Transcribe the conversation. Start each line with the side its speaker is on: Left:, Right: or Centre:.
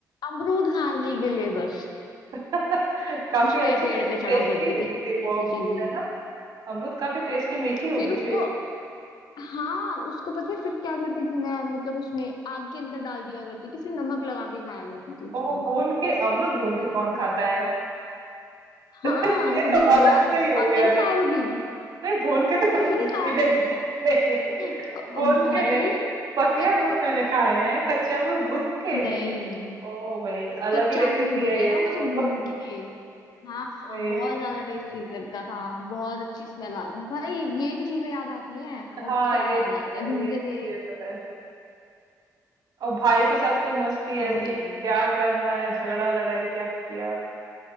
Left: अमरूद खाने के लिए बस
Right: <laughs> काफी
Left: उस पे
Right: अच्छी टे,
Left: पेड़ पे चढ़ा
Right: टेस्टी
Left: करती
Right: होगी
Left: थी ऐसी
Right: फिर वो
Left: ऐसी
Right: अमरूद
Left: चीजें
Right: है ना अमरूद काफी टेस्टी मीठी
Left: फिर
Right: होगी
Left: उसको
Right: फिर
Left: हाँ उसको पता है फिर क्या करती थी मैं मतलब उसमें आग के अंदर डाल दिया करती थी फिर नमक लगा के खाया करती थी उसको
Right: ओह
Left: मैं
Right: भून के अमरूद भून के कौन खाता है <laughs>
Left: हाँ
Right: ये
Left: कभी
Right: तो अलग
Left: यार
Right: से ही हो
Left: आपने
Right: गया
Left: नहीं खाया कभी
Right: नहीं भून के तो मैंने
Left: कभी नहीं
Right: कभी
Left: खाया आपने
Right: नहीं खाए <laughs> नहीं नहीं नहीं
Left: क-
Right: भून के
Left: अरे
Right: नहीं पके
Left: कच
Right: अमरूद मैंने खाए हैं कच्चे अमरूद भून के
Left: नहीं
Right: ओ भाई अलग
Left: कच्चा
Right: ही रेसिपी
Left: अमरूद होता
Right: है ये
Left: था उसे
Right: तो
Left: भून
Right: <laughs>
Left: के हाँ
Right: सही
Left: बहुत
Right: है
Left: ज्यादा टेस्टी लगता था बहुत अच्छी स्मेल आ भाई यही तो चीजें याद आती हैं और
Right: हाँ
Left: क्या
Right: ये
Left: याद
Right: तो
Left: आता
Right: है
Left: है घूमते
Right: ये
Left: थे
Right: ये तो है और भाई के साथ कोई मस्ती ऐसी
Left: और यार
Right: कि क्या करना है झगड़ा लड़ाई क्या किया